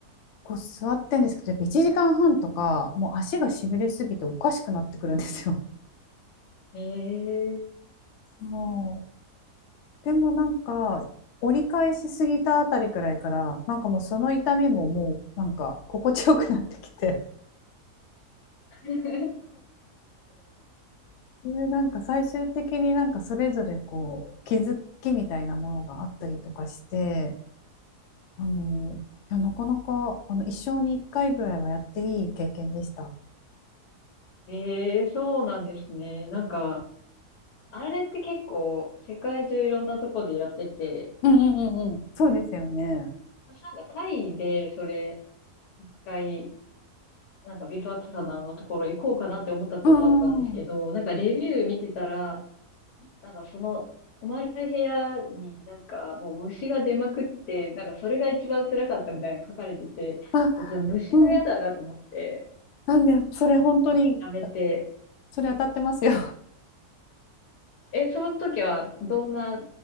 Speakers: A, on the left (about 65°); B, on the left (about 80°).
A: こう座ってんですけどやっぱ1時間半とかもう足がしびれすぎておかしくなってくるんですよ。
B: ええ
A: <laughs> もでもなんか、折り返しすぎたあたりくらいから、なんかもうその痛みももうなんか心地よくなってきて、
B: <laughs>
A: <laughs> で、なんか最終的になんかそれぞれこう気づきみたいなものがあったりとかして、あの、いやなかなかあの一生に一回ぐらいはやっていい経験でした。
B: ええそうなんですね。なんか、あれって結構世界中いろんなとこでやってて、
A: うんうんうんうん。そうですよね。
B: 私なんかタイでそれ一回、なんかビブアッツサナののところ行こうかなって思ったことあったんですけど、
A: うんうんうん。
B: なんかレビュー見てたら、なんかその泊まる部屋になんかもう虫が出まくって、なんかそれが一番辛かったみたいに書かれてて、
A: あ、
B: 別に虫は嫌だなと思って、
A: うん。なんで、それ本当に、
B: 結構やめて、
A: それ当たってますよ。
B: え、その時はどんな、